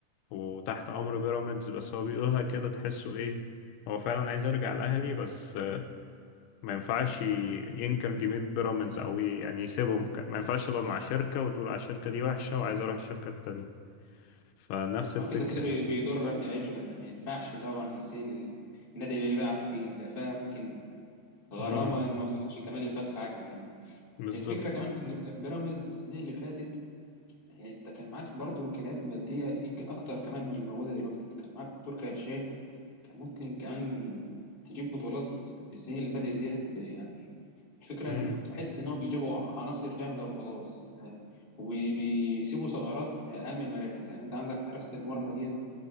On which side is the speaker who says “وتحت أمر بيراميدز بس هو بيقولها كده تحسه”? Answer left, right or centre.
Left